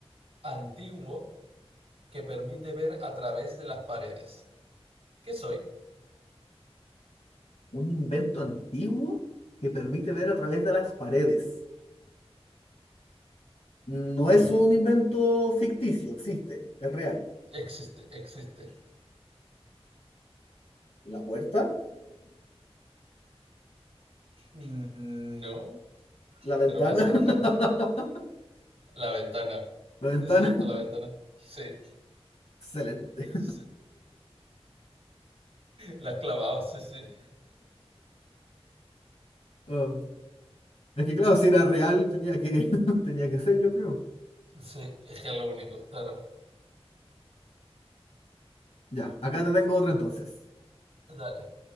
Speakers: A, on the right; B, on the left.
A: antiguo que permite ver a través de las paredes. ¿Qué soy?
B: Un invento antiguo que permite ver a través de las paredes. No es
A: Ujú,
B: un invento ficticio, existe, es real.
A: Existe, existe.
B: La puerta,
A: Mm, No,
B: la ventana,
A: pero va cerca.
B: <laughs>
A: La ventana.
B: la ventana.
A: ¿Es cierto, la ventana? Sí,
B: Excelente.
A: <laughs> sí. La has clavado, sí, sí.
B: Ah, es que claro, si era real, tenía que, <laughs> tenía que ser, yo creo.
A: Sí, es que es lo único, claro.
B: Ya, acá te tengo otra entonces.
A: Dale.